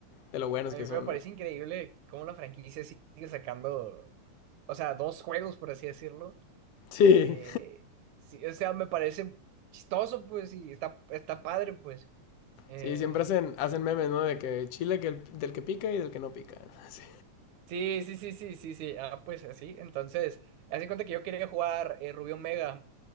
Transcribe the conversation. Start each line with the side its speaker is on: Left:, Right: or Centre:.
Left: de lo buenos
Right: A
Left: que
Right: mí me
Left: son,
Right: parece
Left: ¿no?
Right: increíble cómo la franquicia sigue sacando. O sea, dos juegos, por así decirlo.
Left: Sí,
Right: Eh, sí, o sea, me parece chistoso, pues, y está, está padre, pues. Eh,
Left: sí, siempre hacen, hacen memes, ¿no? De que chile que el- del que pica y del que no pica. <laughs> Sí.
Right: sí, sí, sí, sí, sí, sí. Ah, pues así. Entonces, hace cuenta que yo quería jugar eh, Rubio Mega.